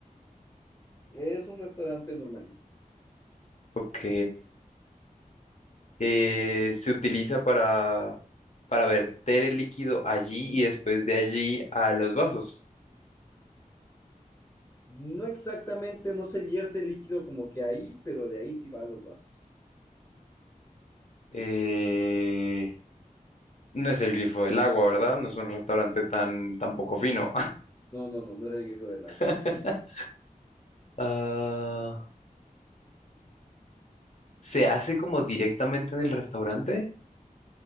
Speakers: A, on the left (about 20°); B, on the left (about 55°).
A: Es un restaurante normalito.
B: Ok. eh, se utiliza para, para verter el líquido allí y después de allí a los vasos.
A: No exactamente, no se vierte el líquido como que ahí, pero de ahí sí va a los vasos.
B: Eh, no es el grifo del agua, ¿verdad? No es un restaurante tan,
A: No,
B: tan poco fino.
A: no, no, no, no es el grifo del agua.
B: <laughs>
A: Ujú.
B: Ah, ¿Se hace como directamente en el restaurante?